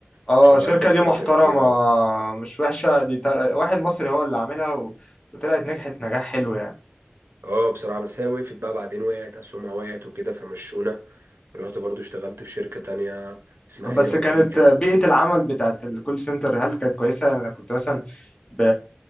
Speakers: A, on the left; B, on the right.
A: اه
B: كنت شغال
A: شركه
B: كول
A: دي
B: سنتر
A: محترمه
B: فيها
A: مش وحشه دي تا- واحد مصري هو اللي عاملها و... وطلعت نجحت نجاح حلو يعني
B: اه بصراحة بس هي وقفت بقى بعدين وقعت أسهمها وقعت وكده فمشونا رحت برضو اشتغلت في شركة تانية اسمها
A: طب بس
B: اي ار
A: كانت
B: بي كانت
A: بيئه العمل بتاعت الكول سنتر هل كانت كويسه يعني انا كنت مثلا ب...